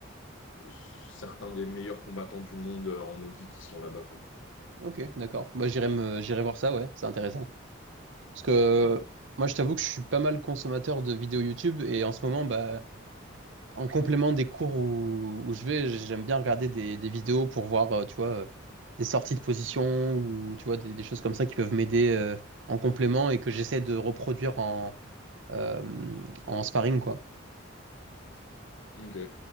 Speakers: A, on the left (about 70°); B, on the right (about 65°).
A: de certains des meilleurs combattants du monde en Nogi qui sont là-bas, quoi.
B: ok, d'accord. Moi, j'irai me, j'irai voir ça, ouais, c'est intéressant. Parce que
A: Mm.
B: moi, je t'avoue que je suis pas mal consommateur de vidéos YouTube et en ce moment, bah. En complément des cours où, où je vais, j'aime bien regarder des, des vidéos pour voir, euh, tu vois, euh, des sorties de position ou tu vois, des, des choses comme ça qui peuvent m'aider euh, en complément et que j'essaie de reproduire en, euh, en sparring, quoi.
A: Ok.